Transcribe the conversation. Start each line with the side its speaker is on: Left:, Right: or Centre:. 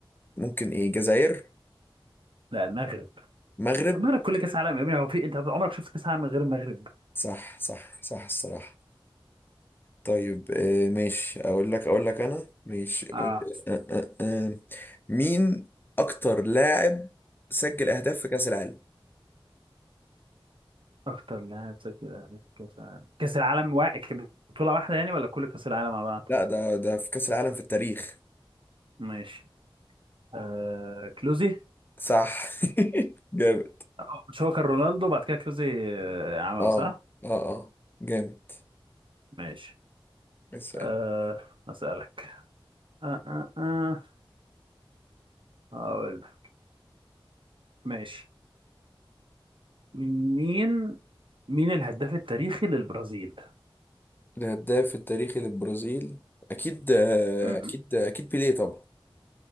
Left: ممكن ايه جزائر
Right: لا المغرب
Left: مغرب
Right: المغرب كل كأس عالم يا ابني هو في انت عمرك شفت كأس عالم من غير المغرب
Left: صح صح صح الصراحة طيب آه، ماشي اقول لك اقول لك انا ماشي
Right: اه
Left: آه، آه، آه، آه. آه. مين اكتر لاعب سجل اهداف في كأس العالم
Right: اكتر لاعب سجل أهداف في كاس العالم كاس العالم وا... بطولة واحدة يعني ولا كل كاس العالم مع بعض
Left: لا ده ده في كأس العالم في التاريخ
Right: ماشي آه... كلوزي
Left: صح <laughs> جامد
Right: آه، مش هو كان رونالدو بعد كده كلوزي آه... عمله
Left: اه
Right: صح
Left: اه اه جامد
Right: ماشي
Left: اسأل
Right: آه... اسالك آه آه آه. هقول لك. ماشي مين مين الهداف التاريخي للبرازيل
Left: الهداف التاريخي للبرازيل اكيد آه،
Right: م- م.
Left: اكيد آه، اكيد بيليه طبعا